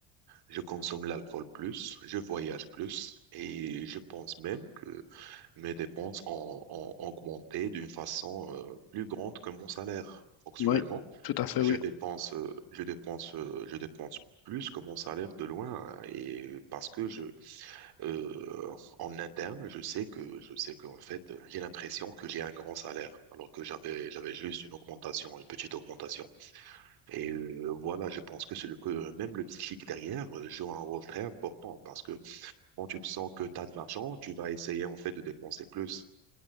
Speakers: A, on the right; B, on the left.
A: je consomme l'alcool plus, je voyage plus, et je pense même que mes dépenses ont, ont augmenté d'une façon, euh, plus grande que mon salaire. Actuellement,
B: Oui, tout à fait,
A: je
B: oui.
A: dépense, euh, je dépense, euh, je dépense plus que mon salaire de loin, hein, et parce que je, euh, en interne, je sais que je sais qu'en fait, j'ai l'impression que j'ai un grand salaire, alors que j'avais j'avais juste une augmentation, une petite augmentation. Et euh, voilà, je pense que c'est le que même le psychique derrière euh, joue un rôle très important parce que quand tu sens que tu as de l'argent, tu vas essayer en fait de dépenser plus.